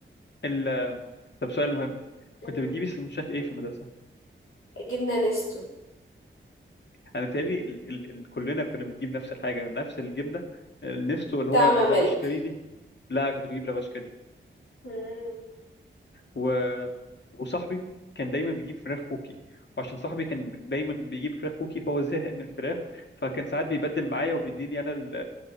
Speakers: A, on the left; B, on the left.
A: ال... طب سؤال مهم
B: مم.
A: كنت بتجيبي سندوتشات ايه في المدرسة
B: جبنه نستو
A: انا بيتهيألي ال... ال... ال... كلنا كنا بنجيب نفس الحاجة نفس الجبنة النستو اللي
B: طعمه
A: هو لافاش
B: ملك
A: كاري دي لا كنت بجيب لافاش كاري
B: مم.
A: و... وصاحبي كان دايما بيجيب فراخ كوكي وعشان صاحبي كان دايما بيجيب فراخ كوكي فهو زهق من الفراخ فكان ساعات بيبدل معايا وبيديني انا ال-